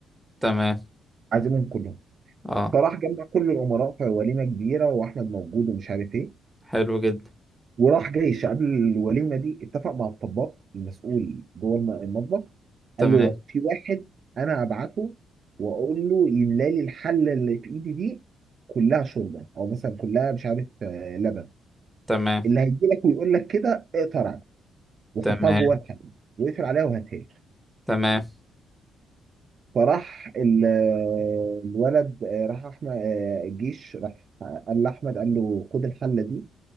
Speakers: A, in the centre; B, on the right.
A: تمام
B: عازمهم كلهم
A: اه
B: فراح جمع كل الامراء في وليمه كبيره واحمد موجود ومش عارف ايه
A: حلو جدا
B: وراح جيش قبل الوليمه دي اتفق مع الطباخ المسؤول جوه الم- المطبخ
A: تمام
B: قال له لا في واحد انا ابعته واقول له يملى لي الحله اللي في ايدي دي كلها شوربه او مثلا كلها مش عارف آه، لبن
A: تمام
B: اللي هيجي لك ويقول لك كده اقطع رقبته وحطها
A: تمام
B: جوه الحلة وقفل عليها وهاتها لي
A: تمام
B: فراح ال- الولد آه، راح احمد آه، الجيش راح قال لاحمد قال له خد الحله دي